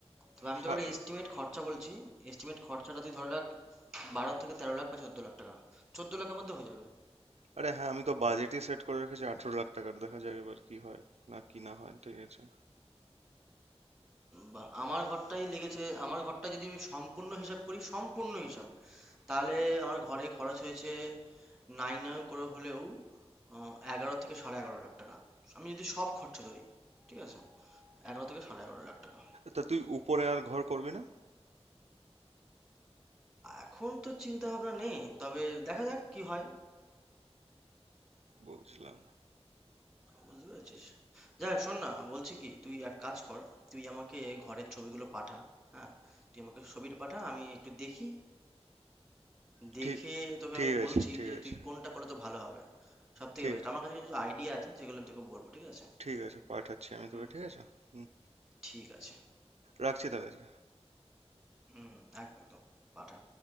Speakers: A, in the centre; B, on the right.
A: তবে আমি
B: সা-
A: তোকে একটা এস্টিমেট খরচা বলছি এস্টিমেট খরচাটা তুই ধরে রাখ বারো থেকে তেরো লাখ বা চোদ্দ লাখ টাকা চোদ্দ লাখের মধ্যে হয়ে যাবে
B: আরে হ্যাঁ আমি তো বাজেটই সেট করে রেখেছি আঠেরো লাখ টাকার দেখা যাক এবার কি হয় না কি না হয় ঠিক আছে
A: বা আমার ঘরটাই লেগেছে আমার ঘরটা যদি আমি সম্পূর্ণ হিসাব করি সম্পূর্ণ হিসাব তাহলে আমার ঘরে খরচ হয়েছে নাই নাই করে হলেও আহ, এগারো থেকে সাড়ে এগারো লাখ টাকা আমি যদি সব খরচা ধরি ঠিক আছে এগারো থেকে সাড়ে এগারো লাখ টাকা
B: তা তুই উপরে আর ঘর করবি না
A: এখন তো চিন্তা ভাবনা নেই তবে দেখা যাক কি হয়
B: বুঝলাম
A: বুঝতে পেরেছিস যাই হোক শোন না বলছি কি তুই এক কাজ কর তুই আমাকে ঘরের ছবিগুলো পাঠা হ্যাঁ তুই আমাকে ছবিটা পাঠা আমি একটু দেখি দেখে
B: ঠিক
A: তোকে
B: ঠিক
A: আমি বলছি
B: আছে ঠিক
A: যে
B: আছে
A: তুই কোনটা করলে তো ভালো হবে সব থেকে
B: ঠিক
A: বেস্ট আমার কাছে কিছু আইডিয়া আছে সেগুলো আমি তোকে বলবো ঠিক আছে
B: ঠিক আছে পাঠাচ্ছি আমি
A: হুম
B: তোকে ঠিক আছে হুম
A: ঠিক আছে
B: রাখছি তাহলে
A: হুম একদম একদম পাঠা